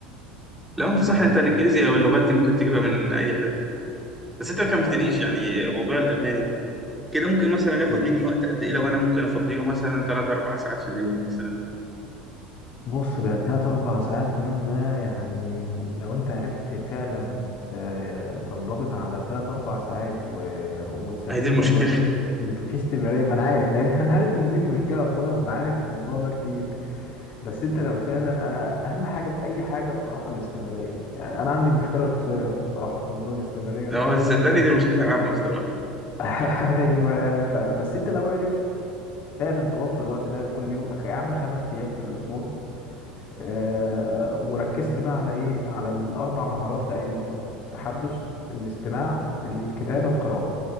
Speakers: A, in the centre; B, on the left.
A: لو انت
B: <laughs>
A: صح
B: ف
A: انت الانجليزي او اللغات دي ممكن تجيبها من اي حته بس انت
B: لا
A: ما كملتليش
B: يا حته
A: يعني موضوع الالماني ده كده ممكن مثلا ياخد
B: يعني.
A: مني وقت قد ايه لو انا ممكن افضيله مثلا 3 4 ساعات في اليوم مثلا
B: بص ده تلات أربع ساعات في اليوم ده يعني م- لو أنت عرفت فعلا آه، تنضبط على تلات أربع ساعات و... وتثبتها
A: هي دي المشكله
B: اللي هو يبقى فيه است- يبقى فيه استمرارية ما أنا عارف لأن <laughs> أنا عارف إن دي المشكلة أصل أنا بعاني في الموضوع ده كتير بس أنت لو فعلا أنا أهم حاجة في أي حاجة بصراحة الاستمرارية يعني أنا عندي مشكلة شخصية بصراحة في موضوع الاستمرارية
A: <laughs>
B: ده
A: اه صدقني
B: بس
A: دي مشكله
B: أنت
A: عامه بصراحه
B: <laughs> أيوه ف... بس أنت لو عرفت فعلا توفر الوقت ده كل يوم أخ- يا عم خمس أيام في الأسبوع آه، وركزت بقى على ايه على الاربع مهارات لاي لغه التحدث الاستماع الكتابه القراءه